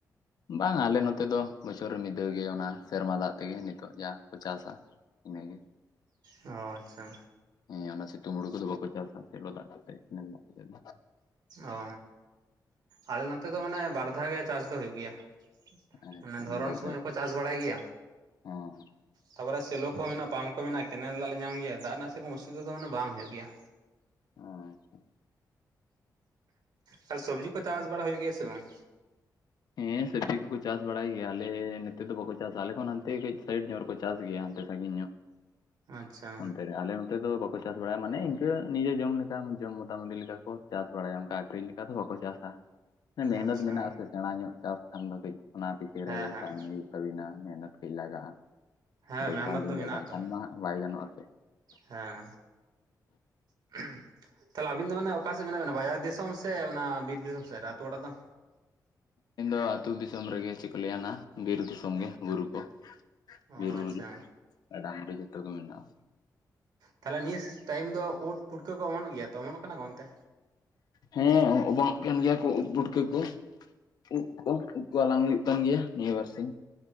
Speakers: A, on the left (about 70°); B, on the right (about 85°).
A: ᱵᱟᱝ ᱟᱞᱮ ᱱᱚᱛᱮ ᱫᱚ ᱵᱚᱪᱷᱚᱨ ᱢᱤᱫ ᱫᱷᱟᱹᱣ ᱜᱮ ᱚᱱᱟ ᱥᱮᱨᱢᱟ ᱫᱟᱜ ᱛᱮᱜᱮ ᱱᱤᱛᱚᱜ ᱡᱟ ᱠᱚ ᱪᱟᱥᱟ᱾ ᱤᱱᱟᱹ ᱜᱮ
B: ᱚ ᱟᱪᱪᱷᱟ
A: ᱦᱮᱸ ᱚᱱᱟ ᱥᱤᱛᱩᱝ ᱦᱩᱲᱩ ᱠᱚᱫᱚ ᱵᱟᱠᱚ ᱪᱟᱥᱟ ᱥᱮᱞᱚ ᱫᱟᱜ ᱠᱚᱛᱮ᱾
B: ᱚ ᱟᱞᱮ ᱱᱚᱛᱮ ᱫᱚ ᱢᱟᱱᱮ ᱵᱟᱨ ᱫᱷᱟᱣ ᱜᱮ ᱪᱟᱥ ᱫᱚ ᱦᱩᱭᱩᱜ ᱜᱮᱭᱟ᱾
A: ᱦᱮᱸ
B: ᱢᱟᱱᱮ
A: ᱟᱪᱪᱷᱟ
B: ᱫᱷᱚᱨᱚᱱ
A: ᱵᱟᱨ
B: ᱥᱚᱢᱚᱭ
A: ᱫᱷᱟᱣ
B: ᱦᱚᱸ ᱠᱚ ᱪᱟᱥ ᱵᱟᱲᱟᱭ ᱜᱮᱭᱟ?
A: ᱦᱚᱸ
B: ᱛᱟᱯᱚᱨᱮ ᱥᱮᱞᱚ ᱠᱚ ᱢᱮᱱᱟᱜᱼᱟ ᱯᱟᱢᱯ ᱠᱚ ᱢᱮᱱᱟᱜᱼᱟ ᱠᱮᱱᱮᱞ ᱫᱟᱜ ᱞᱮ ᱧᱟᱢ ᱜᱮᱭᱟ ᱫᱟᱜ ᱨᱮᱱᱟᱜ ᱥᱮ ᱨᱚᱠᱚᱢ ᱚᱥᱩᱵᱤᱫᱷᱟ ᱫᱚ ᱢᱮ ᱵᱟᱝ ᱦᱩᱭᱩᱜ ᱜᱮᱭᱟ᱾
A: <inaudible>
B: ᱛᱟᱦᱞᱮ ᱥᱚᱵᱽᱡᱤ ᱠᱚ ᱪᱟᱥ ᱵᱟᱲᱟ ᱦᱩᱭᱩᱜ ᱜᱮᱭᱟ ᱥᱮ ᱵᱟᱝ
A: ᱦᱮᱸ ᱥᱚᱵᱽᱡᱤ ᱠᱚ ᱠᱚ ᱪᱟᱥ ᱵᱟᱲᱟᱭ ᱜᱮᱭᱟ ᱟᱞᱮ ᱱᱚᱛᱮ ᱫᱚ ᱵᱟᱠᱚ ᱪᱟᱥᱟ ᱟᱞᱮ ᱠᱷᱚᱱ ᱦᱟᱱᱛᱮ ᱠᱟᱹᱡ ᱥᱟᱭᱤᱰ ᱧᱚᱜ ᱨᱮᱠᱚ ᱪᱟᱥ ᱜᱮᱭᱟ ᱦᱟᱱᱛᱮᱼᱼ ᱥᱟ. ᱜᱤᱧ ᱧᱚᱜ
B: ᱟᱪᱪᱷᱟ
A: ᱚᱱᱛᱮ ᱨᱮ ᱟᱞᱮ ᱱᱚᱛᱮ ᱫᱚ ᱵᱟᱠᱚᱼᱼ ᱠᱚ ᱪᱟᱥ ᱵᱟᱲᱟᱭᱟ ᱢᱟᱱᱮ ᱤᱱᱠᱟᱹ ᱱᱤᱡᱮ ᱡᱚᱢ ᱞᱮᱠᱟ ᱡᱚᱢ ᱢᱳᱴᱟᱢᱩᱴᱤ ᱞᱮᱠᱟ ᱠᱚ ᱪᱟᱥ ᱵᱟᱲᱟᱭᱟ ᱚᱱᱠᱟ ᱟᱹᱷᱨᱤᱧ ᱞᱮᱠᱟ ᱫᱚ ᱵᱟᱠᱚ ᱪᱟᱥᱟ ᱢᱮᱦᱱᱚᱛ
B: ᱟᱪᱪᱷᱟ
A: ᱢᱮᱱᱟᱜ ᱟᱥᱮ ᱥᱮᱬᱟ ᱧᱚᱜ ᱪᱟᱥ ᱠᱷᱟᱱ ᱫᱚ ᱠᱟᱹᱡ ᱚᱱᱟ ᱯᱤᱪᱷᱟᱹ
B: ᱦᱮᱸ
A: ᱨᱮ
B: ᱦᱮᱸ
A: ᱛᱟᱦᱮᱱ ᱦᱩᱭᱩᱜᱼᱟ ᱛᱚᱵᱮᱱᱟ ᱢᱮᱦᱱᱚᱛ ᱠᱟᱡ ᱞᱟᱜᱼᱟ
B: ᱦᱮᱸ
A: ᱫᱮᱠᱷᱵᱷᱟᱞ
B: ᱢᱮᱦᱱᱚᱛ
A: ᱦᱩᱭᱩᱜᱼᱟ
B: ᱫᱚ ᱢᱮᱱᱟᱜ
A: ᱵᱟᱝ
B: ᱟᱛᱚ
A: ᱠᱷᱟᱱ ᱢᱟ ᱵᱟᱭ ᱜᱟᱱᱚᱜ ᱟ ᱥᱮᱼᱼ
B: ᱦᱮᱸ <unintelligible> ᱛᱟᱦᱚᱞᱮ ᱟᱵᱤᱱ ᱫᱚ ᱢᱟᱱᱮ ᱚᱠᱟ ᱥᱮᱫ ᱵᱮ ᱢᱮᱱᱟᱜ ᱵᱤᱱᱟ ᱵᱟᱡᱟᱨ ᱫᱤᱥᱚᱢ ᱥᱮ ᱚᱱᱟ ᱵᱤᱨ ᱫᱤᱥᱚᱢ ᱥᱮᱫ ᱨᱮ ᱟ ᱟᱹᱛᱩ ᱚᱲᱟᱜ ᱫᱚ
A: ᱤᱧ ᱫᱚ ᱟᱹᱛᱩ ᱫᱤᱥᱚᱢ ᱨᱮᱜᱮ ᱪᱤᱠᱚ ᱞᱟᱭᱟ ᱱᱟᱜ ᱵᱤᱨ ᱫᱤᱥᱚᱢ ᱜᱮ ᱵᱩᱨᱩ ᱠᱚᱼᱼ
B: ᱚ
A: ᱵᱤᱨ ᱵᱩᱨᱩ
B: ᱟᱪᱪᱷᱟ
A: ᱜᱟᱰᱟ ᱢᱩᱰᱩ ᱡᱚᱛᱚ ᱜᱮ ᱢᱮᱱᱟᱜᱼᱟ
B: ᱛᱟᱦᱚᱞᱮ ᱱᱮᱥ ᱴᱟᱭᱤᱢ ᱫᱚ ᱩᱫ ᱯᱷᱩᱴᱠᱟᱹ ᱠᱚ ᱚᱢᱚᱱᱚᱜ ᱜᱮᱭᱟ ᱛᱚ ᱚᱢᱚᱱᱚᱜ ᱠᱟᱱᱟ ᱠᱚ ᱚᱱᱛᱮ?
A: ᱦᱮᱸ ᱚᱵᱚᱱᱚᱜ ᱠᱟᱱ ᱜᱮᱭᱟ ᱠᱚ ᱩᱫ ᱯᱩᱴᱠᱟᱹ ᱠᱚᱼᱼ ᱩᱫ ᱠᱚ ᱩᱫ ᱠᱚ ᱦᱟᱞᱟᱝ ᱦᱩᱭᱩᱜ ᱠᱟᱱ ᱜᱮᱭᱟ ᱱᱤᱭᱟᱹ ᱵᱟᱨ ᱥᱤᱧᱼᱼ